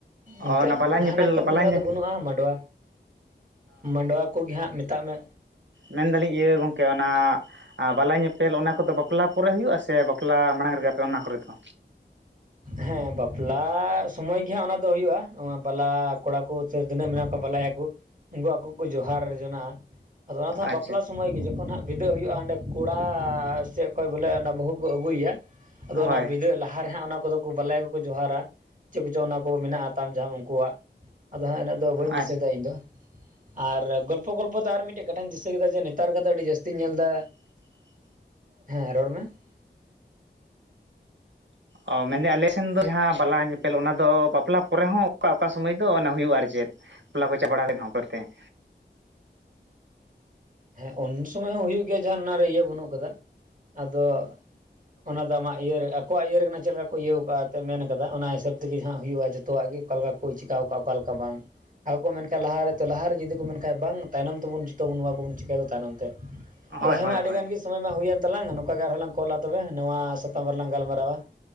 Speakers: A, on the right (about 45°); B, on the right (about 80°).
A: ᱮᱱᱛᱮᱜ
B: ᱚᱱᱟ ᱵᱟᱞᱟ
A: ᱡᱟᱦᱟᱸᱱᱟᱜ
B: ᱧᱮᱯᱮᱞ
A: ᱠᱟᱹᱢᱤᱦᱚᱨᱟ
B: ᱵᱟᱞᱟ ᱧᱮ
A: ᱫᱚ ᱵᱟᱹᱱᱩᱜ-ᱟ ᱢᱟᱰᱣᱟ ᱢᱟᱰᱣᱟ ᱠᱚᱜᱮ ᱦᱟᱸᱜ ᱢᱮᱛᱟᱜ ᱢᱮ᱾
B: ᱢᱮᱱ ᱫᱟᱞᱤᱧ ᱤᱭᱟᱹ ᱜᱚᱢᱠᱮ ᱚᱱᱟ ᱟ ᱵᱟᱞᱟ ᱧᱮᱯᱮᱞ ᱚᱱᱟ ᱠᱚᱫᱚ ᱵᱟᱯᱞᱟ ᱯᱚᱨᱮ ᱦᱩᱭᱩᱜᱼᱟ ᱥᱮ ᱵᱟᱯᱞᱟ ᱢᱟᱲᱟᱝ ᱨᱮᱜᱮ ᱟᱯᱮ ᱚᱱᱟ ᱠᱚᱨᱮ ᱫᱚ?
A: ᱦᱮᱸ ᱵᱟᱯᱞᱟ ᱥᱚᱢᱚᱭ ᱜᱮᱦᱟᱸᱜ ᱚᱱᱟ ᱫᱚ ᱦᱩᱭᱩᱜᱼᱟ ᱵᱟᱞᱟ ᱠᱚᱲᱟ ᱠᱚ ᱛᱤᱱᱟᱹᱜ ᱢᱮᱱᱟᱜ ᱠᱚᱣᱟ ᱵᱟᱞᱟᱭᱟ ᱠᱚ ᱩᱱᱠᱩ ᱟᱠᱚ ᱠᱚ ᱡᱚᱦᱟᱨ ᱡᱚᱱᱟᱜᱼᱟ, ᱟᱫᱚ ᱚᱱᱟ ᱫᱚ ᱦᱟᱸᱜ
B: ᱟᱪᱪᱷᱟ
A: ᱵᱟᱯᱞᱟ ᱥᱚᱢᱚᱭ ᱜᱮ ᱡᱚᱠᱷᱚᱱ ᱦᱟᱸᱜ ᱵᱤᱫᱟᱹᱜ ᱦᱩᱭᱩᱜᱼᱟ ᱦᱟᱰᱮ ᱠᱚᱲᱟ ᱥᱮᱫ ᱠᱷᱚᱱ ᱵᱚᱞᱮ ᱚᱱᱟ ᱵᱟᱹᱦᱩ ᱠᱚ ᱟᱹᱜᱩᱭᱟ ᱾ ᱟᱫᱚ
B: ᱦᱳᱭ
A: ᱚᱱᱟ ᱵᱤᱫᱟᱹᱜ ᱞᱟᱦᱟ ᱨᱮᱦᱟᱸᱜ ᱚᱱᱟ ᱩᱱᱠᱩ ᱫᱚᱠᱚ ᱵᱟᱞᱟᱭᱟ ᱠᱚᱠᱚ ᱡᱚᱦᱟᱨᱟ ᱪᱮᱫ ᱠᱚᱪᱚᱝ ᱚᱱᱟ ᱠᱚ ᱢᱮᱱᱟᱜᱼᱟ ᱛᱟᱢ ᱡᱟᱦᱟᱢ ᱩᱱᱠᱩᱣᱟᱜ ᱟᱫᱚ ᱦᱟᱸᱜ ᱤᱱᱟᱹ ᱟᱫᱚ ᱵᱟᱹᱧ ᱫᱤᱥᱟᱹᱭᱮᱫᱟ
B: ᱟᱪᱪᱷᱟ
A: ᱤᱧ ᱫᱚ ᱾ ᱟᱨ ᱜᱚᱞᱯᱚ ᱜᱚᱞᱯᱚ ᱫᱚ ᱟᱨ ᱢᱤᱫᱴᱮᱡ ᱠᱟᱛᱷᱟᱧ ᱫᱤᱥᱟᱹ ᱠᱮᱫᱟ ᱡᱮ ᱱᱮᱛᱟᱨ ᱠᱟᱛᱮ ᱟᱹᱰᱤ ᱡᱟᱥᱛᱤᱧ ᱧᱮᱞ ᱮᱫᱟ
B: <inaudible>
A: ᱦᱮᱸ ᱨᱚᱲ ᱢᱮ ᱾
B: ᱚ ᱢᱮᱱᱮᱫᱮᱧ ᱟᱞᱮ ᱥᱮᱱ ᱫᱚ ᱡᱟᱦᱟᱸ ᱵᱟᱞᱟ ᱧᱮᱯᱮᱞ ᱚᱱᱟᱫᱚ ᱵᱟᱯᱞᱟ ᱯᱚᱨᱮ ᱦᱚᱸ ᱚᱠᱟ ᱚᱠᱟ ᱥᱚᱢᱚᱭ ᱫᱚ ᱚᱱᱟ ᱦᱩᱭᱩᱜᱼᱟ ᱟᱨ ᱪᱮᱫ ᱾ ᱯᱞᱟ ᱠᱳ <unintelligible> <inaudible> ᱯᱚᱨᱮ ᱛᱮ ᱾
A: ᱦᱮᱸ ᱩᱱ ᱥᱚᱢᱚᱭ ᱦᱚᱸ ᱦᱩᱭᱩᱜ ᱜᱮᱭᱟ ᱡᱟᱦᱟᱸ ᱚᱱᱟᱨᱮ ᱤᱭᱟᱹ ᱵᱟᱹᱱᱩᱜ ᱟᱠᱟᱫᱟ ᱟᱫᱚ ᱚᱱᱟ ᱫᱚ ᱟᱢᱟᱜ ᱤᱭᱟᱹ ᱨᱮ ᱟᱠᱚᱣᱟᱜ ᱤᱭᱟᱹ ᱨᱮ ᱠᱟᱱᱟ ᱪᱮᱫ ᱞᱮᱠᱟ ᱠᱚ ᱤᱭᱟᱹᱣ ᱠᱟᱜᱼᱟ ᱮᱛᱮ ᱢᱮᱱ ᱠᱟᱫᱟ ᱚᱱᱟ ᱦᱤᱥᱟᱹᱵᱽ ᱛᱮᱜᱮ ᱦᱟᱸᱜ ᱦᱩᱭᱩᱜᱼᱟ ᱡᱚᱛᱚᱣᱟᱜ ᱜᱮ ᱾ ᱚᱠᱟ ᱞᱮᱠᱟ ᱠᱚ ᱪᱤᱠᱟᱣ ᱠᱟᱜᱼᱟ ᱚᱠᱟ ᱞᱮᱠᱟ ᱵᱟᱝ ᱾ ᱟᱠᱚ ᱠᱚ ᱢᱮᱱᱠᱷᱟᱱ ᱞᱟᱦᱟᱨᱮ ᱛᱚ ᱞᱟᱦᱟᱨᱮ ᱡᱩᱫᱤ ᱠᱚ ᱢᱮᱱᱠᱷᱟᱱ ᱵᱟᱝ ᱛᱟᱭᱱᱚᱢ ᱛᱮᱵᱚᱱ ᱡᱚᱛᱚ ᱵᱚᱱ ᱱᱚᱣᱟ ᱠᱚ ᱪᱤᱠᱟᱹ ᱫᱚ ᱛᱟᱭᱱᱚᱢ ᱛᱮ,
B: ᱦᱳᱭ
A: ᱟᱫᱚ ᱦᱮᱸᱢᱟ
B: ᱦᱳᱭ ᱦᱳᱭ
A: ᱟᱹᱰᱤ ᱜᱟᱱ ᱜᱮ ᱥᱚᱢᱚᱭ ᱢᱟ ᱦᱩᱭᱮᱱ ᱛᱟᱞᱟᱝ ᱱᱚᱝᱠᱟ ᱜᱮ ᱟᱨᱦᱚ ᱞᱟᱝ ᱠᱚᱞᱟ ᱛᱚᱵᱮ ᱱᱚᱣᱟ ᱥᱟᱛᱟᱢ ᱨᱮᱞᱟᱝ ᱜᱟᱞᱢᱟᱨᱟᱣᱟ ᱾